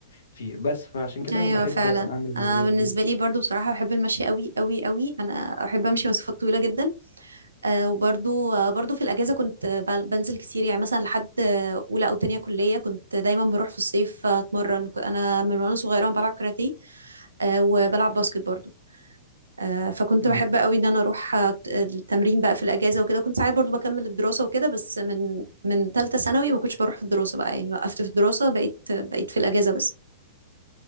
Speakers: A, on the left (about 65°); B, on the right (about 75°).
A: فيه بس فعشان كده
B: ايوه
A: انا بحب
B: فعلا
A: اعمل الهوايات
B: انا بالنسبه
A: دي
B: لي برضو بصراحه بحب المشي قوي قوي قوي انا احب امشي مسافات طويله جدا آه وبرضو آه برضو في الاجازه كنت بل- بنزل كتير يعني مثلا لحد آه، اولى او تانية كليه كنت دايما بروح في الصيف آه، اتمرن ك- انا من وانا صغيره بلعب كاراتيه آه وبلعب باسكت برضو آه فكنت
A: مم.
B: بحب قوي ان انا اروح آه، ت- التمرين بقى في الاجازه وكده كنت ساعات برضو بكمل الدراسه وكده بس من من ثالثه ثانوي ما كنتش بروح في الدراسه بقى يعني وقفت في الدراسه بقيت بقيت في الاجازه بس